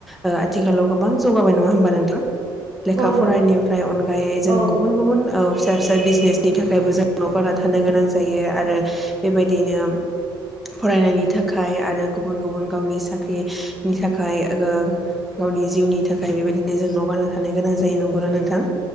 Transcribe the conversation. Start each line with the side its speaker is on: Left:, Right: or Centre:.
Centre: ओ आथिखालाव गोबां जौगाबाय नङा होमबा नोंथां लेखा
Right: औ
Centre: फरायनिफ्राय
Right: नंगौ
Centre: अनगायै जों
Right: औ
Centre: गुबुन गुबुन ओ फिसा फिसा बिजनेसनि थाखायबो जों न' गारना थानो गोनां जायो आरो बेबायदिनो फरायनायनि थाखाय आरो गुबुन गुबुन गावनि साख्रि नि थाखाय ओ ङो गावनि जिउनि थाखाय बेबायदिनो जों न' गारना थानो गोनां जायो नंगौना नोंथां